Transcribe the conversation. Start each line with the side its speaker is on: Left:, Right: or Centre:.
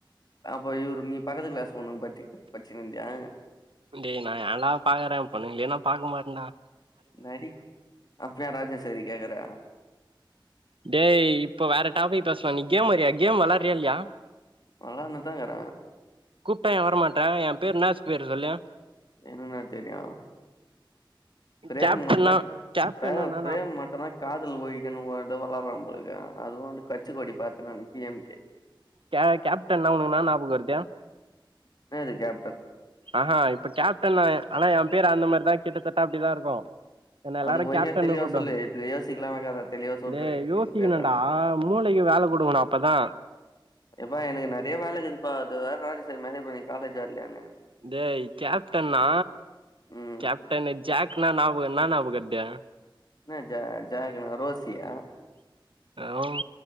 Left: அப்ப இவுரு நீ பக்கத்து கிளாஸ் பொண்ணுங்க பத்தி பச்சின்னு இருந்தியா
Right: டே நா யான்டா பாக்கறே பொண்ணுங்லயே நா பாக்க மாட்டன்டா
Left: நடிக் அப்ற ஏ ராஜேஸ்வரி கேக்கற
Right: டேய் இப்ப வேற டாபிக பேசலா நீ கேம் வரியா கேம் வெளாடறியா இல்லியா
Left: வெளான்னுதா இக்குற
Right: கூப்டா யே வரமாட்ட ஏம் பேரு இன்னா பேரு சொல்லு
Left: எனக்கெனா தெரியு பிரேம்
Right: கேப்டன்னா
Left: மட்ன
Right: கேப்டன்னா
Left: இப்ப
Right: என்னா
Left: பிரேம்
Right: ஞாபக
Left: மட்டுந்தா காதல் ஒழிக்கணு போ ராடறா போலகிதே அதுவு அந்து கச்சி கொடி பாத்த நானு பி எம் கே
Right: கே கேப்டன்னா உனக் என்னா நாபக வர்து
Left: இன்னாதுக்கே
Right: அ ஆ இப்ப கேப்டன்னு ஆனா எம் பேரு அந்த மார்தா கிட்டத்தட்ட அப்டிதா இருக்கு என்ன எல்லாரு
Left: அதுக்கு ஒழுங்கா
Right: கேப்டன்னு
Left: தெளிவா
Right: கூப்டுவாங்கோ
Left: சொல்லு இது யோசிக்கலாமே கதை தெளிவா சொல்று
Right: டேய் யோசிக்குனுன்டா
Left: இந்த பேர் நானு
Right: மூளை க்கு வேல குடுக்கணு அப்பதா
Left: எப்பா எனக்கு நெறய வேலகிதுப்பா அது வேற ராஜேஸரி மேசேஜ் பண்ணிது காலேஜ் வர்லயானு
Right: டேய் கேப்டன்னா
Left: ம்
Right: கேப்டனு ஜேக் நா நாபக இன்னா நாபகர்து
Left: இன்னா ஜே ஜேக்னா ரோசியா
Right: ஹரோ